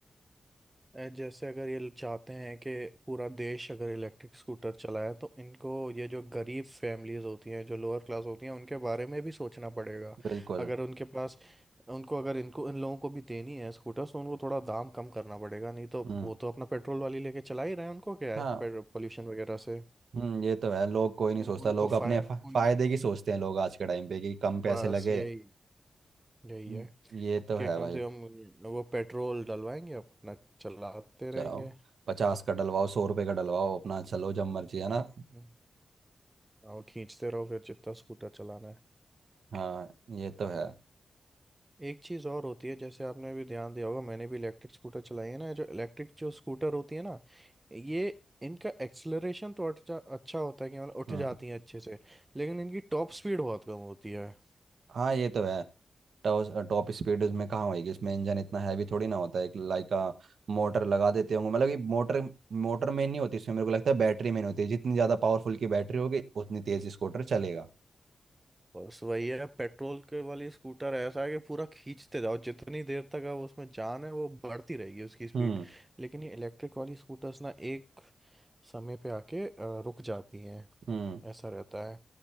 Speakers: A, on the right; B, on the right.
A: ए, जैसे अगर ये चाहते हैं कि पूरा देश अगर इलेक्ट्रिक स्कूटर चलाए तो इनको ये जो गरीब फैमिलीज होती हैं जो लोअर क्लास होती हैं उनके बारे में भी सोचना पड़ेगा
B: बिल्कुल
A: अगर उनके पास उनको अगर इनको इन लोगों को भी देनी है स्कूटर तो उनको थोड़ा दाम कम करना पड़ेगा नहीं तो
B: हम्म
A: वो तो अपना पेट्रोल वाली लेके चला ही रहे हैं उनको क्या
B: हाँ
A: है पेट्रोल पोल्यूशन वगैरह से
B: हम्म ये तो है लोग कोई नहीं
A: उन,
B: सोचता
A: उनको
B: लोग अपने
A: फाय
B: फा-
A: उन
B: फायदे की सोचते हैं लोग आज के टाइम पे कि कम पैसे
A: बस
B: लगे
A: यही यही
B: हम्म,
A: है
B: ये तो
A: कि
B: है
A: कम
B: भाई
A: से कम वो पेट्रोल डलवाएंगे अपना चलाते रहेंगे
B: चलाओ पचास का डलवाओ सौ रुपये का डलवाओ अपना चलो जब मर्जी है ना
A: हम्म। और खींचते रहो फिर जितना स्कूटर चलाना है
B: हाँ ये तो है
A: एक चीज़ और होती है जैसे आपने भी ध्यान दिया होगा मैंने भी इलेक्ट्रिक स्कूटर चलाई है ना जो इलेक्ट्रिक जो स्कूटर होती है ना ये इनका एक्सेलरेशन तो अच्छा अच्छा होता है कि मतलब उठ
B: हम्म
A: जाती है अच्छे से लेकिन इनकी टॉप स्पीड बहुत कम होती है
B: हाँ ये तो है टॉप टॉप स्पीड उसमें कहाँ होएगी इसमें इंजन इतना हैवी थोड़ी ना होता है एक लाइक आ, मोटर लगा देते होंगे मतलब ये मोटर मोटर में नहीं होती इसमें मेरे को लगता है बैटरी में नहीं होती जितनी ज़्यादा पावरफुल की बैटरी होगी उतनी तेज़ स्कूटर चलेगा
A: बस वही है पेट्रोल के वाली स्कूटर ऐसा है कि पूरा खींचते जाओ जितनी देर तक अब उसमें जान है वो बढ़ती रहेगी उसकी स्पीड
B: हम्म
A: लेकिन ये इलेक्ट्रिक वाली स्कूटर्स ना एक समय पे आके अ, रुक जाती हैं
B: हम्म
A: ऐसा रहता है